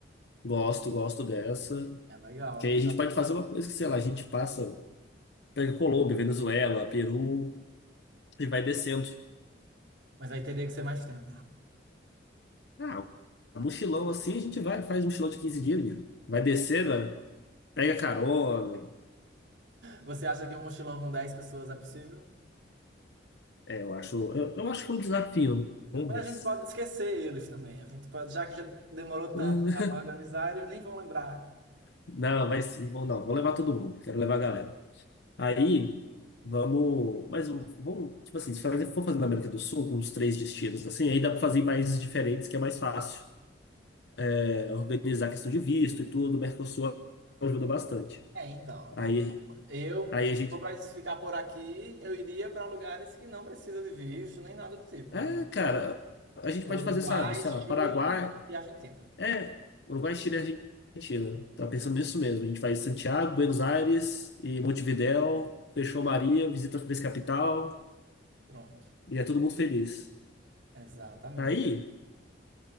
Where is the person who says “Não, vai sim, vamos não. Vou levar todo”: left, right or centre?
Left